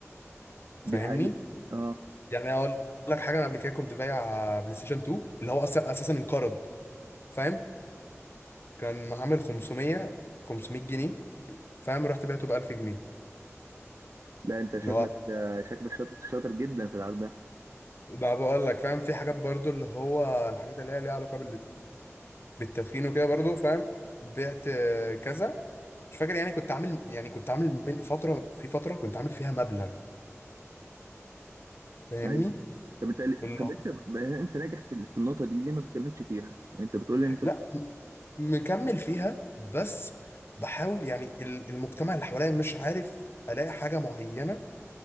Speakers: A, on the left; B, on the right.
A: فاهمني
B: دي حقيقة اه
A: يعني اقول لك حاجه انا قبل كده كنت بايع بلاي ستيشن 2 اللي هو اصلا اساسا انقرض فاهم كان عامل 500 500 جنيه فاهم رحت بعته ب 1000 جنيه
B: لا انت شكلك
A: اللي هو
B: شكلك شاطر شاطر جدا في العرض ده
A: ما بقول لك فاهم في حاجات برضو اللي هو الحاجات اللي هي ليها علاقه بالتدخين وكده برضو فاهم بعت آه، كذا مش فاكر يعني كنت عامل يعني كنت عامل من فترة في فترة كنت عامل فيها مبلغ فاهمني
B: ايوه طب انت
A: الله
B: طب انت انت ناجح في في النقطة دي ليه ما بتكملش فيها انت بتقول لي انت
A: لا م- مكمل فيها بس بحاول يعني ال- المجتمع اللي حواليا مش عارف الاقي حاجة معينة